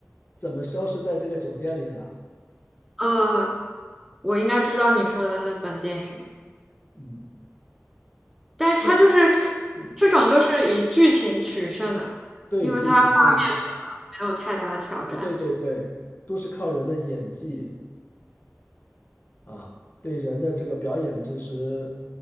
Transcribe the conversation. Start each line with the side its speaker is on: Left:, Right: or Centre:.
Left: 怎么消失在这个酒店里了。
Centre: 嗯，我应该知道你说的那本电影了。
Left: 嗯，
Centre: 但是它就是
Left: 对嗯，
Centre: 这种都是以剧情取胜的，
Left: 对，
Centre: 因为它画面上么没有太大的挑战，
Left: 就一起转嘛对对对，都是靠人的演技啊，对人的这个表演知识，